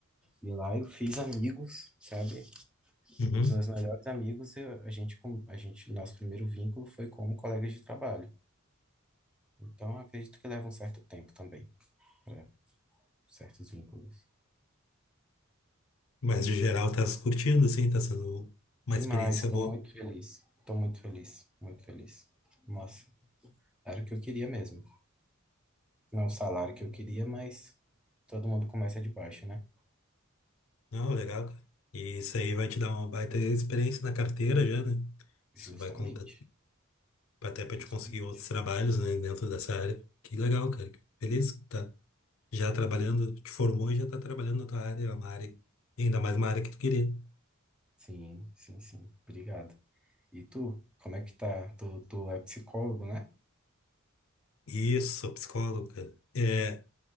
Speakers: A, in the centre; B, on the left.
A: e lá eu fiz amigos, sabe?
B: Uhum.
A: Um dos meus melhores amigos, eu- a gente, com- a gente, nosso primeiro vínculo foi como colegas de trabalho. Então, acredito que leva um certo tempo também para certos vínculos.
B: Mas de geral tá se curtindo, assim, tá sendo uma
A: Demais,
B: experiência
A: estou
B: boa.
A: muito feliz, estou muito feliz, muito feliz. Nossa, era o que eu queria mesmo. Não o salário que eu queria, mas todo mundo começa de baixo, né?
B: Não, legal, cara. E isso aí vai te dar uma baita experiência na carteira já, né? Isso
A: Justamente,
B: vai contar até pra
A: justamente.
B: te conseguir outros trabalhos, né, dentro dessa área. Que legal, cara. Feliz que tá já trabalhando, te formou e já tá trabalhando na tua área, é uma área, ainda mais uma área que tu queria.
A: Sim, sim, sim. Obrigado. E tu, como é que tá? Tu, tu é psicólogo, né?
B: Isso, sou psicólogo, cara. É,